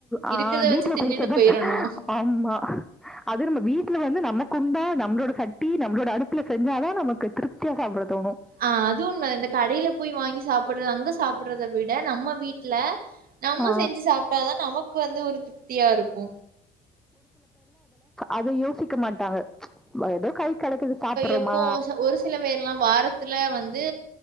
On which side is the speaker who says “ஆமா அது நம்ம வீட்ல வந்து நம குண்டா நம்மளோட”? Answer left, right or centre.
Centre